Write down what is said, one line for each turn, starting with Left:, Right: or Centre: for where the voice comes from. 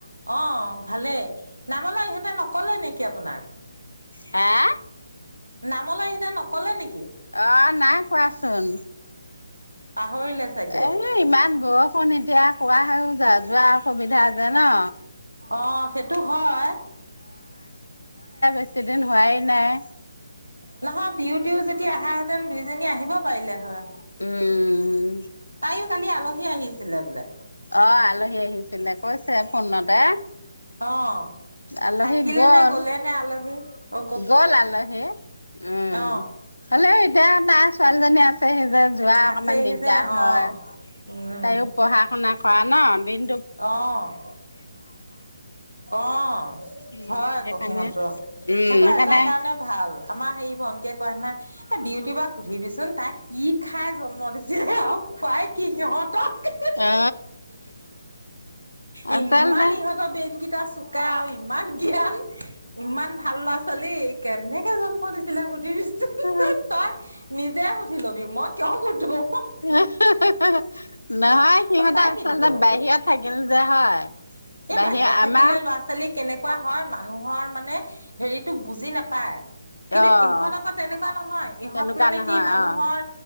Right: অহ' ভালেই নামলে ইহঁতে নকলে নেকি আপোনাক।
Left: হাৰ
Right: নামলৈ ইহঁতে নকলে নেকি?
Left: অ' নাই কোৱাচোন।
Right: পাহৰ ৰিলে ছাগে।
Left: এ ইমান বৰষুণ এতিয়া কোৱা হৈয়ো য যোৱা অসুবিধা যে ন
Right: অ', সেইটো হয়।
Left: এক্সিডেন্ট হোৱাই নাই।
Right: নহয় বিয়টিও যদি আহাহেতেন দুইজনী আহিব পাৰিলে হয়।
Left: উম।
Right: তাইও কালি আলহী আহিছ ছিলে বোলে।
Left: অ', আলহী আহিছিলে, কৈছে ফোনতে।
Right: অ
Left: আলহী
Right: থাকিলে
Left: গ'ল
Right: নে গলে নে আলহী অ
Left: গ'ল আলহী উম,
Right: অ
Left: হ'লেও এতিয়া টা ছোৱালীজনী আছেহে। যে যোৱা অকনমান
Right: আছেহি
Left: দিগদাৰ
Right: যে
Left: হয়।
Right: অ উম
Left: তাইও পঢ়া শুনা খোৱা ন' বিন
Right: অ', অ',
Left: উম
Right: হয় <unintelligible>
Left: সেইকাৰণে
Right: সিহঁতৰ
Left: উম সেইকাৰণে
Right: এটা কাৰণে ভাল, আমাৰ হেৰি ভণ্টিয়ে কয় না এ, বিউটিবাক সুধিবিচোন তাক কি খাই জন্ম দিছ <unintelligible> খুৱাই কি সিহঁতক?
Left: অ আচলতে
Right: ইমান ইহঁতৰ বেনকি কাছু কা আৰু ইমান জ্ঞান, ইমান ভাল ল'ৰা ছোৱালী। কেনেকে জন্ম দিছ <inaudible> সুধিবিছোন
Left: অ
Right: তই নিজে সু সুধি লবি মই কিয় সোধোঁ?
Left: <unintelligible> নহয় সিহঁতে
Right: সঁচাই
Left: আচলতে
Right: কিন্তু
Left: বাহিৰত থাকিল যে। হয়।
Right: এই
Left: বাহিৰ
Right: বাহিৰত
Left: আমাৰ
Right: থাকিলে ল'ৰা ছোৱালী কেনেকুৱা হয় মানুহৰ মানে হেৰিটোক বুজি নাপায়। কিন্তু
Left: অ'
Right: ইহঁত আকৌ তেনেকুৱা নহয়, ইহঁত
Left: তেনেকুৱা
Right: মানে
Left: নহয়
Right: কি মানুহৰ
Left: অ'।